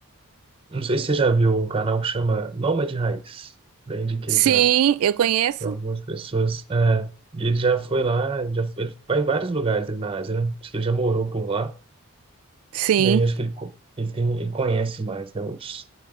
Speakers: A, on the right; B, on the right.
A: Não sei se você já viu um canal que chama Nômade Raiz. Já indiquei
B: Sim,
A: para
B: eu conheço.
A: algumas pessoas. É, e ele já foi lá, já foi- ele vai em vários lugares ali na Ásia, né? Acho que ele já morou por lá.
B: Sim.
A: E aí acho que ele, co- ele tem, um- ele conhece mais, né, os,